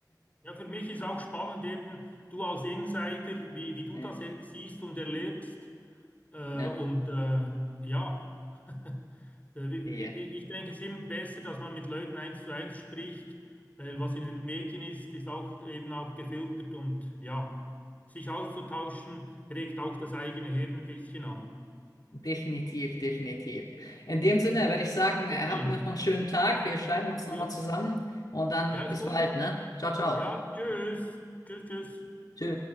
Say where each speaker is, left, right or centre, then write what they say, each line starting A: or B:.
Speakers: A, on the left; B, on the left.
A: Ja, für mich ist auch spannend eben, du als Insider, wie, wie du
B: Ja,
A: das siehst und erlebst. Äh,
B: ja.
A: und äh, ja, <laughs> Äh, ich
B: Ja.
A: denke, es ist immer besser, dass man mit Leuten eins zu eins spricht, weil was in den Medien ist, ist auch eben auch gefiltert und ja, sich auszutauschen, regt auch das eigene Hirn ein bisschen an.
B: Definitiv, definitiv. In dem Sinne würde ich sagen,
A: Supi,
B: habt noch einen schönen Tag. Wir schreiben uns
A: ja,
B: nochmal zusammen und dann
A: ja, ist
B: bis
A: gut.
B: bald, ne? Ciao, ciao.
A: Ja, tschüss, tschüss, tschüss.
B: Tschö.